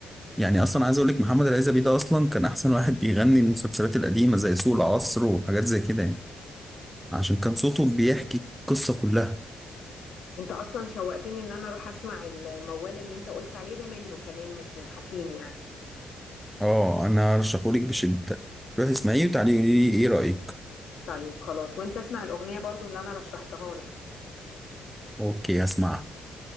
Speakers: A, in the centre; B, on the left.
A: يعني أصلا عايز أقولك محمد العزبي ده أصلا كان أحسن واحد بيغني المسلسلات القديمة زي سوق العصر وحاجات زي كده يعني عشان كان صوته بيحكي القصة كلها
B: انت اصلا شوقتني ان انا اروح اسمع الموال اللي انت قلت عليه ده منه كمان مش من حكيم يعني
A: اه أنا أرشحهولك بشدة روحي اسمعيه وتعالي قولي لي إيه رأيك
B: طيب خلاص وانت اسمع الاغنيه برضو اللي انا رشحتها لك
A: أوكي هسمعها